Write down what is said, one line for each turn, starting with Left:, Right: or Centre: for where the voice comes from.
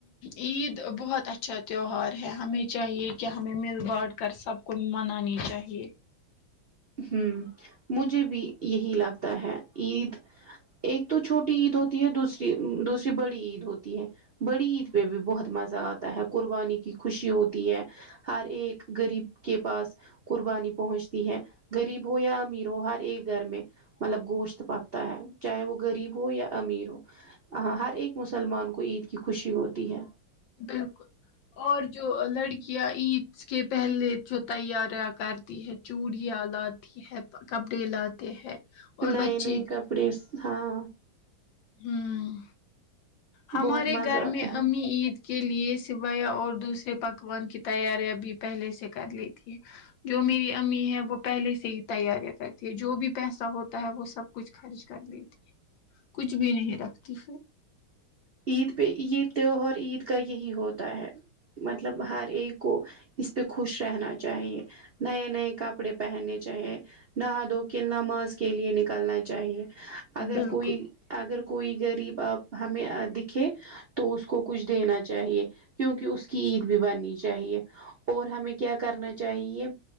Left: عید بہت اچھا تیوہار ہے ہمیں چاہیے کہ ہمیں مل بانٹ کر سب کو منانی چاہیے
Right: ہوں مجھے بھی یہ ہی لگتا ہے عید ایک تو چھوٹی عید ہوتی ہے دوسری دوسری بڑی عید ہوتی ہے بڑی عید پہ بھی بہت مزہ آتا ہے قربانی کی خوشی ہوتی ہے ہر ایک غریب کے پاس قربانی پہنچتی ہے غریب ہو یا امیر ہو ہر ایک گھر میں مطلب گوشت پکتا ہے چاہے وہ غریب ہو یا امیر ہو ہاں ہر ایک مسلمان کو عید کی خوشی ہوتی ہے
Left: بالکل اور جو لڑکیاں عید اس کے پہلے جو تیاریاں کرتی ہے چوڑیاں لاتی ہے کپڑے لاتے ہیں اور
Right: نئی
Left: بچے
Right: نئی
Left: بھی
Right: کپڑے ہاں
Left: ہوں ہمارے
Right: بہت مزہ
Left: گھر
Right: آتا
Left: میں
Right: ہے
Left: امی عید کے لیے سویاں اور دوسرے پکوان کی تیاریاں بھی پہلے سے کر لی ہے جو میری امی ہے وہ پہلے سے ہی تیاریاں کرتی ہے جو بھی پیسہ ہوتا ہے وہ سب کچھ خارج کر لی تھی کچھ بھی نہیں رکھتی پھر
Right: عید پہ یہ تیوہار عید کا یہ ہی ہوتا ہے مطلب ہر ایک کو اس پہ خوش رہنا چاہیے نئے نئے کپڑے پہننے چاہیں نہا دھو کے نماز کے لیے نکالنا چاہیے اگر
Left: بالکل
Right: کوئی اگر کوئی غریب آپ ہمیں دکھے تو اس کو کچھ دینا چاہیے کیونکہ اس کی عید بھی بننی چاہیے اور ہمیں کیا کرنا چاہیے